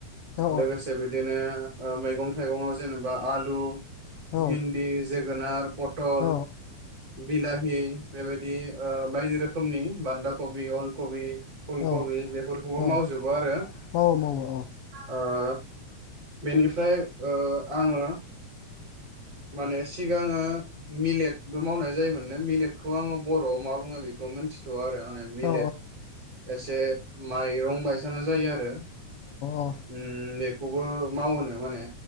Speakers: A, on the left; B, on the right.
A: औ
B: <unintelligible> लोगोसे बिदिनो ओ मैगं थाइगंआव जेनेबा आलु
A: औ
B: भिन्दि जो <unintelligible> पटल
A: औ
B: बिलाहि बेबायदि बाइदि रोख रोखनि बान्दा कबि, अल कबि, फुल
A: औ
B: कबि बेफोरखौबो
A: औ
B: मावजोबो
A: औ
B: आरो।
A: मावो मावो औ
B: ओ बेनिफ्राय ओ आङो माने सिगाङो मिलेटबो मावनाय जायोमोननो मिलेटखौ आङो बर'आव मा बुङो बेखौ मोनथिथ'वा आरो आं। माने मिलेट
A: औ
B: एसे माइरं बायसानो जायो आरो। उम
A: औ
B: ए खौबो मावोनो माने